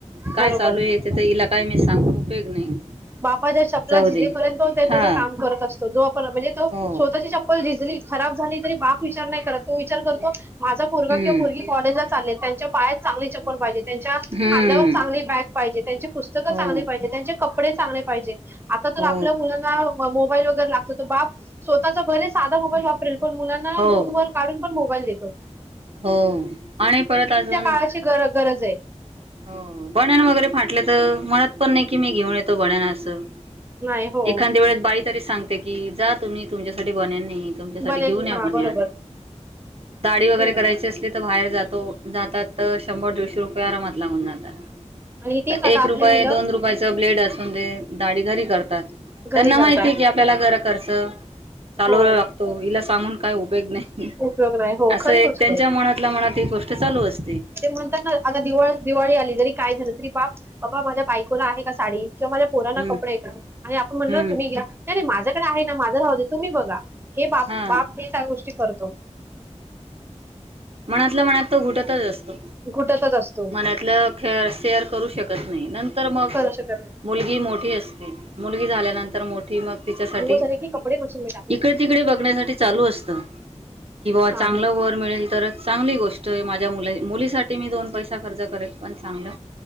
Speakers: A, on the right; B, on the right.
A: काय
B: बरोबर
A: चालू आहे ते तर हिला काय मी सांगून उपयोग नाही
B: बापाच्या चपला
A: जाऊ
B: झीजेपर्यंत
A: दे.
B: तो तेजतेज
A: हा
B: काम करत असतो जो आपण म्हणजे
A: हो
B: स्वतःची चप्पल झिजली खराब झाली तरी बाप विचार नाही करत तो विचार करतो माझा पोरगा
A: हम्म
B: किंवा पोरगी कॉलेजला चालेत त्यांच्या पाया चांगली चप्पल पाहिजे. त्यांच्या
A: हम्म
B: खांद्यावर चांगली बॅग पाहिजे त्यांची पुस्तकं
A: हो
B: चांगली पाहिजे त्यांचे कपडे चांगले पाहिजे. आता तर
A: हो
B: आपल्या मुलांना मोबाईल वगैरे लाग आसतो तो बाप स्वतःचा भले साधा मोबाईल वापरेल पण मुलांना
A: हो
B: लोन वर काढून पण मोबाईल देत <unintelligible>
A: हो आणि परत आजुन
B: काळाची गर गरज हे
A: हो बनेन वगैरे फाटले त म्हणत पण नाही की मी घेऊन येतो बनेन आसं
B: नाही हो.
A: एखाद्या वेळेस बाई तरी सांग ते की जा तुम्ही तुमच्या साठी बनेन नाही तुमच्यासाठी
B: बनेल
A: घेऊन आपण
B: हा बरोबर.
A: या दाडी वगैरे
B: हम्म
A: करायची असली तर बाहेर जात तो जातात तर शंभर दीडशे रुपये आरामात लागून जातात.
B: आणि तीच आता
A: एक
B: आपली
A: रुपये
B: मुलं
A: दोन रुपयाच ब्लेड अस <unintelligible> दाडी घारी करत त्यांना
B: घरी करतात.
A: माहिती की आपल्याला घरा खर्चं चालवला
B: हो
A: लागतो हिला सांगून काय उपेयग नाही
B: उपयोग नाही हो
A: आसं
B: खरी
A: एक
B: गोष्ट
A: त्यांच्या
B: आहे.
A: मनातला मनात एक गोष्ट त चालूच आस
B: ते म्हणतात, ना आता दिवाळी दिवाळी आली जरी काय झालं तरी बाप बाबा माझ्या बायकोला आहे का साडी? किंवा माझ्या पोराणा
A: हम्म
B: कपडे आहेत का आणि आपण म्हणल
A: हम्म.
B: तुम्ही घ्या नाही नाही माझ माझ्याकडे आहे ना माझं राहुदे तुम्ही बघा हे बाप
A: हा
B: बाप हे गोष्टी तो
A: मनातलं मनात तो घुटतच असतो.
B: घुटतच असतो.
A: मनातलं खे सेअर करू शकत नाही नंतर मग
B: करू शकत नाही
A: मुलगी मोठी असते. मुलगी झाल्यानंतर मोठी मग तिच्यासाठी
B: अंघोळ झाले की कपडे मशीन मध्ये टाकून
A: इकडे तिकडे बघण्यासाठी चालू असतं की बाबा चांगलं
B: हा
A: वर मिळेल तरच चांगली गोष्ट आहे माझ्या मुला मुलीसाठी मी दोन पैसा खर्च करेल पण चांगलं